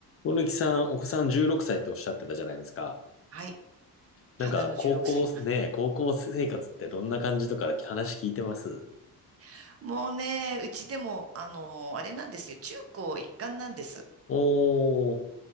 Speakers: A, on the left (about 40°); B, on the right (about 40°).
A: 小貫さん、お子さん16歳っておっしゃってたじゃないですか。
B: はい。
A: なんか、
B: 花の16歳だ。
A: 高校、ねえ、高校生活ってどんな感じとか話聞いてます
B: <laughs> もうね、うちでも、あの、あれなんですよ。中高一貫なんです。
A: おー、